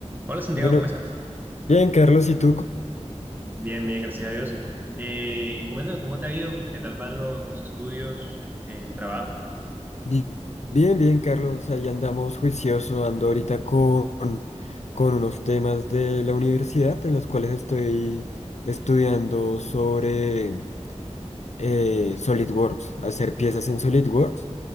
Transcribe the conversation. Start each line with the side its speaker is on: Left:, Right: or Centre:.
Right: Hola Santiago,
Left: Bueno,
Right: ¿cómo estás?
Left: bien, Carlos, ¿y tú? co-
Right: Bien, bien, gracias a Dios. Eh, coméntame cómo te ha ido, qué tal van lo- los estudios, eh, el trabajo.
Left: Bi- Bien, bien, Carlos, ahí andamos juicioso, ando ahorita con, con unos temas de la universidad en los cuales estoy estudiando sobre eh, SolidWorks, hacer piezas en SolidWorks,